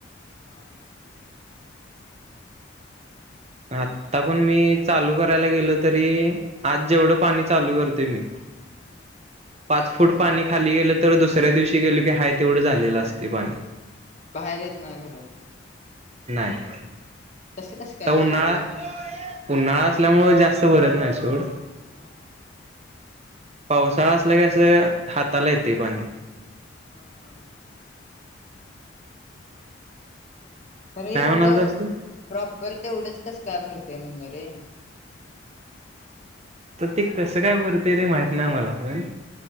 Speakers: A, on the left; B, on the right.
A: हा, हा, हा.
B: आता पण मी चालू करायला गेलो तरी आज जेवढं पाणी चालु करते मी
A: हम्म
B: पाच फुट पाणी खाली गेलं तर दुसऱ्या दिवशी गेलो की हाय तेवढं झालेलं असते पाणी-
A: बाहेर येत ना खरं-
B: नाही
A: तसे कसं काय
B: आता उन्हाळा
A: येत ते-
B: उन्हाळा असल्यामुळे जास्त भरत नाही सोड <inaudible>
A: हा
B: पावसाळा असला कीं असं हाताला येते पाणी
A: हा हा अरे
B: काय
A: एवढं
B: म्हणालतास तू
A: प्रॉपर ते एवढंच कसं काय भरतेय म्हणलं रे-
B: तर ते कसं काय भरते ते माहित ना मला पण